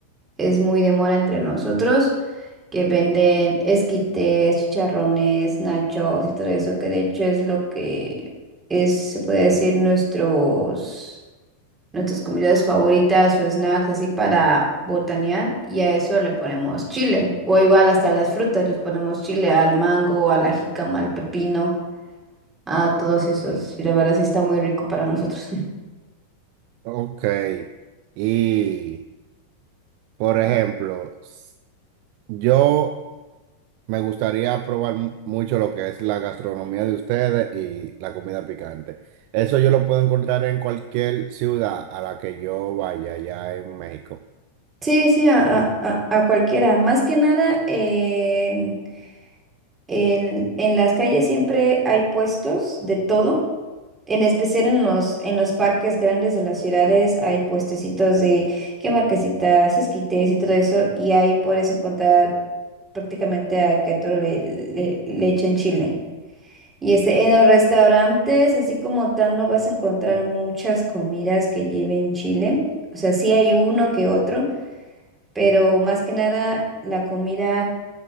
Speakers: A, on the right; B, on the right.
A: es muy de moda entre nosotros, que venden esquites, chicharrones, nachos y todo eso, que de hecho es lo que es, se puede decir, nuestros, nuestras comidas favoritas o snacks, así para botanear, y a eso le ponemos chile, o igual hasta las frutas, les ponemos chile al mango, a la jícama, al pepino a todos esos. Y la verdad sí está muy rico para nosotros. <laughs>
B: Ok. Y, por ejemplo, s- yo me gustaría probar mu- mucho lo que es la gastronomía de ustedes y la comida picante. Eso yo lo puedo encontrar en cualquier ciudad a la que yo vaya allá en México.
A: Sí, sí, a, a- a- a cualquiera. Más que nada, en, en- en las calles siempre hay puestos de todo. En especial en los, en los parques grandes de las ciudades hay puestecitos de que marquesitas, esquites y todo eso. Y ahí puedes encontrar prácticamente a que a todo le, le, le echan chile. Y este, en los restaurantes, así como tal, no vas a encontrar muchas comidas que lleven chile. O sea, sí hay uno que otro, pero más que nada la comida